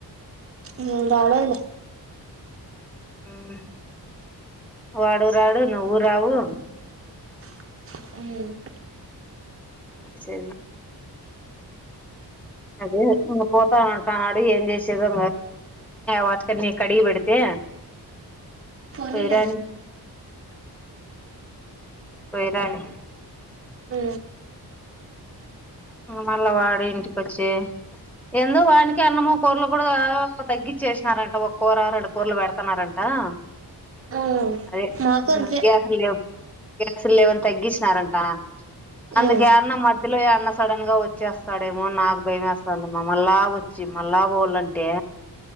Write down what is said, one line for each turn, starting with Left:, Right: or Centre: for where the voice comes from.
Right: మ్ రాలేదు లే
Centre: మే వాడు రాడు నువ్వు రావు
Right: మ్
Centre: సే అదే ఇంగ పోతా ఉంటా నాడు ఏం చేసేదో వాట్క కడిగి పెడితే
Right: ఫోనిలే
Centre: పోయిరాని పోయిరాని
Right: ఉ
Centre: మల్లవాడి ఇంటికొచ్చి ఎందుో వానికి అన్నము కూరలు కూడా తగ్గచ్చేసినారంట ఒక కూర రెండు కూరలు పెడుతన్నారంట అ
Right: ఉమ్
Centre: అదే
Right: మాకు అంతే
Centre: గ్యాస్ లేవు గ్యాసులు లేవని తగ్గించినారంట అందుకె
Right: ఉమ్
Centre: అన్న మధ్యలో య సడన్ గా వచ్చేస్తాడేమో నాకు భయం వేస్తాందమ్మా మళ్ళా వచ్చి మళ్ళా పోాలంటే